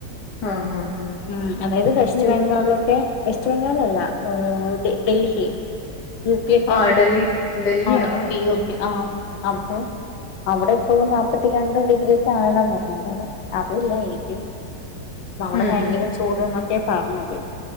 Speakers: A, on the left (about 70°); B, on the left (about 85°).
A: ആഹ് ആഹ്
B: ഉ അതായത് വെസ്റ്റ്
A: ആഹ്
B: ബംഗാളിലൊക്കെ വെസ്റ്റ് ബംഗാൾ അല്ല ഡൽഹി യു പി ഒക്കെ
A: ആഹ് ഡൽഹി ഡൽഹിയാണോ
B: ആ യ യ
A: ഉം
B: പി ആ അപ്പൊ അവിടെപ്പോ നാല്പ്പത്തിരണ്ടും ഡിഗ്രിയ ഒക്കെ ആണണം അത അതല്ല എനിക്ക് അവിടെ
A: ഉം
B: ഭയങ്കര
A: ഉം
B: ചൂട്ന്നൊക്കെ പറഞ്ഞത്